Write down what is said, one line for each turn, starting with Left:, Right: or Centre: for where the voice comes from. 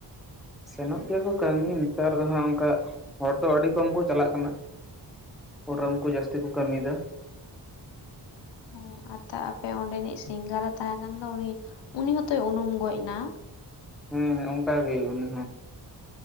Centre: ᱥᱮᱱᱚᱜ ᱜᱮᱭᱟ ᱠᱚ ᱠᱟᱹᱢᱤ ᱱᱮᱛᱟᱨ ᱫᱚ ᱦᱟᱸᱜ ᱚᱱᱠᱟ, ᱦᱚᱲ ᱫᱚ ᱟᱹᱵᱤᱱ ᱠᱚᱢ ᱠᱚ ᱪᱟᱞᱟᱜ ᱠᱟᱱᱟ᱾ ᱯᱩᱨᱟᱹᱢ ᱠᱚ ᱡᱟᱹᱥᱛᱤ ᱠᱚ ᱠᱟᱹᱢᱤᱭᱮᱫᱟ᱾
Left: ᱦᱩᱸ, ᱟᱛᱟ ᱟᱯᱮ ᱚᱸᱰᱮᱱᱤᱡ ᱥᱤᱝᱜᱟᱨ ᱮ ᱛᱟᱦᱮᱸ ᱠᱟᱱ ᱫᱚ ᱩᱱᱤ ᱩᱱᱤ ᱦᱚᱸᱛᱚᱭ ᱩᱱᱩᱢ ᱜᱚᱡ ᱮᱱᱟ᱾
Centre: ᱦᱮᱸ ᱚᱱᱠᱟᱜ ᱜᱮ ᱩᱱᱤ ᱦᱚ᱾